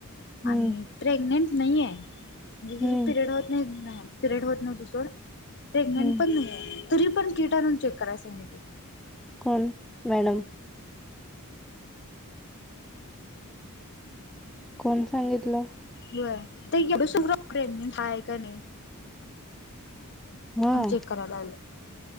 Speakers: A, on the left; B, in the centre.
A: आणि
B: हम्म
A: प्रेग्नेंट नाहीये म्हणजे जे
B: हम्म
A: पिरियड होत नाही ना पिरयड होत नव्हते सोड प्रेग्नेंट
B: हम्म
A: पण नाही आहे तरी पण किट आणून चेक कराय सांगितलं.
B: कोण? मॅडम. कोण सांगितलं?
A: व्हय <unintelligible> हाय का नाही
B: होय
A: आम्ही चेक करायला आलो.